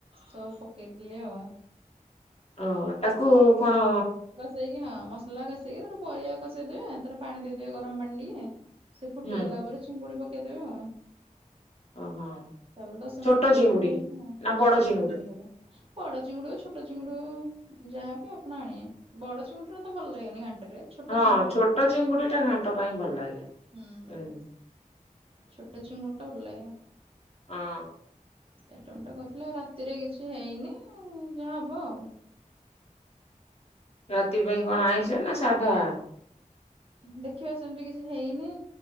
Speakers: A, on the right (about 40°); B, on the left (about 45°).
A: ସବୁ ପକେଇଥିଲି ଆଉ।
B: ଓହୋ ତାକୁ କଣ
A: ସେଇକିନା ମସଲା କଷେଇକି ଟିକେ ପରିବା କଷେଇ ଦେବେ। ତା ପରେ ପାଣି ଦେଇ ଦେବେ ଗରମ ପାଣି ଟିକେ। ସେ ଫୁଟିଗଲା
B: ହୁଁ
A: ପରେ ଚିଙ୍ଗୁଡି ପକେଇ ଦେବେ ଆଉ।
B: ଓହୋ
A: ତାପରେ ଦଶ
B: ଛୋଟ
A: ମିନିଟ୍ ପରେ
B: ଚିଙ୍ଗୁଡି।
A: ଓହ୍ଲେଇ ଦେବେ ଆଉ।
B: ନା ବଡ
A: ହଁ ଛୋଟ
B: ଚିଙ୍ଗୁଡି
A: ଚିଙ୍ଗୁଡ଼ି। ବଡ ଚିଙ୍ଗୁଡି ହଉ ଛୋଟ ଚିଙ୍ଗୁଡ଼ି ହଉ ଯାହାବି ଆପଣ ଆଣିବେ। ବଡ ଚିଙ୍ଗୁଡ଼ି ତ ମୋତେ ଭଲ ଲାଗେନି ଘାଣ୍ଟରେ। ଛୋଟ
B: ହଁ,
A: ଚିଙ୍ଗୁଡିଟା
B: ଛୋଟ
A: ଭଲ ଲାଗେ।
B: ଚିଙ୍ଗୁଡିଟା ଘାଣ୍ଟ ପାଇଁ ଭଲ ଲାଗେ।
A: ହୁଁ
B: ଉଁ।
A: ଛୋଟ ଚିଙ୍ଗୁଡ଼ିଟା ଭଲ ଲାଗେ।
B: ହଁ।
A: ସେଇ ଆଇଟମଟା କରିଥିଲି, ରାତିରେ କିଛି ହେଇନି ଆଉ ଯାହା ହବ ଆଉ।
B: ରାତି ପାଇଁ କଣ ଆଇଁଷ ନା ସାଧା?
A: ଦେଖିବା ସେମତି କିଛି ହେଇନି,